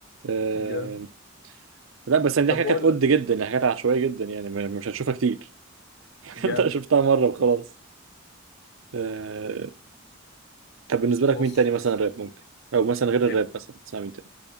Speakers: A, on the right; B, on the left.
A: آه،
B: جامد
A: لا بس يعني دي
B: طب
A: حاجات
B: بقول
A: كانت قد
B: لك
A: جدا يعني حاجات عشوائية جدا يعني ما- مش هتشوفها كتير <laughs>
B: جامد
A: انت شفتها مرة وخلاص آه... طب بالنسبة لك
B: بص
A: مين تاني مثلا
B: بص
A: راب ممكن او مثلا غير الراب
B: فرق.
A: مثلا تسمع مين تاني